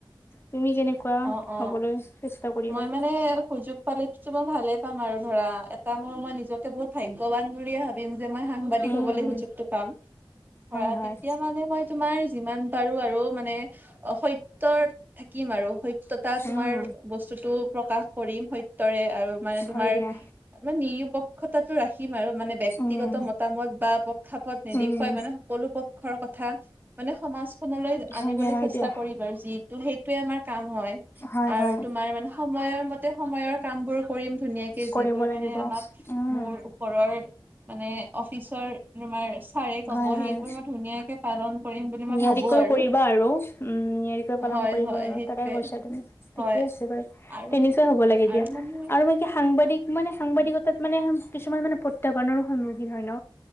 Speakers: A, on the left; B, on the right.
A: তুমি কেনেকুৱা
B: অ অ
A: হ'বলৈ চেষ্টা কৰিবা
B: মই মানে সুযোগ পালে মই ভালে পাম আৰু ধৰা এটা মোৰ মই নিজকে বহুত ভাগ্যবান বুলিয়ে ভাবো ভাবিম যে মই সাংবাদিক
A: উম
B: হ'বলৈ সুযোগটো পাম ধৰা
A: হয় হয়
B: তেতিয়া মানে মই, তোমাৰ যিমান পাৰো আৰু মানে অ স সত্যত থাকিম আৰু সত্যতা তোমাৰ
A: উম
B: বস্তুটো প্ৰকাশ কৰিম সত্যৰে আৰু মানে তোমাৰ
A: হয় দিয়া
B: মানে নিৰপেক্ষতাটো ৰাখিম আৰু মানে ব্যক্তিগত
A: উম
B: মতামত বা প্ৰক্ষাপত নেদেখুৱাই
A: উম
B: মানে সকলো পক্ষৰ কথা মানে সমাজ খনলৈ
A: হয়
B: আনিবলৈ
A: দিয়া হয়
B: চেষ্টা
A: দিয়া
B: কৰিম আৰু যি ত' সেইটোয়ে আমাৰ কাম হয়।
A: হয়
B: আৰু
A: হয়।
B: তোমাৰ মানে সময়ৰ মতে সময়ৰ কাম বোৰ কৰিম ধুনীয়াকে
A: কৰিব
B: যিবোৰ
A: লাগিব
B: মানে আমাক
A: উম
B: মোৰ ওপৰৰ মানে অফিচৰ তোমাৰ ছাৰে কব
A: হয়
B: সেইবোৰ
A: হয়
B: মই ধুনীয়াকে পালন কৰিম বুলি মই
A: নিয়াৰিকৈ
B: ভাবো আৰু
A: কৰিবা আৰু উম নিয়াৰিকৈ পালন
B: হয়
A: কৰিবা
B: হয়
A: আৰু
B: সেইটোৱে
A: তাকে কৈছা তুমি
B: হয়
A: ঠিকে আছে বাৰু
B: আৰু
A: তেনেকুৱা হ'ব লাগে দিয়া
B: আৰু মানে
A: আৰু মোক কি সাংবাদিক মানে সাংবাদিকতাত মানে কিছুমান মানে প্ৰত্যাহ্বানৰো সন্মুখীন হয় ন